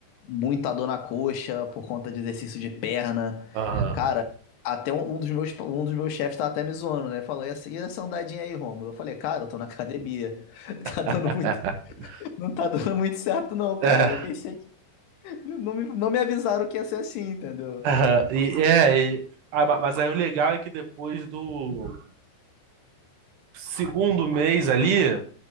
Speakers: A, on the left; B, on the right.
A: muita dor na coxa por conta de exercício de perna.
B: Aham.
A: Cara, até um um dos meus, um dos meus chefes tava até me zoando, né? Falou, e essa e essa andadinha aí, Romulo? Eu falei, cara, eu tô na academia. <laughs> Tá dando
B: <laughs>
A: muito, não tá dando muito certo, não,
B: É,
A: cara. Eu percebi. Não me, não me avisaram que ia ser assim, entendeu?
B: aham. e, é, e- ah, ma- mas aí o legal é que depois do segundo mês ali,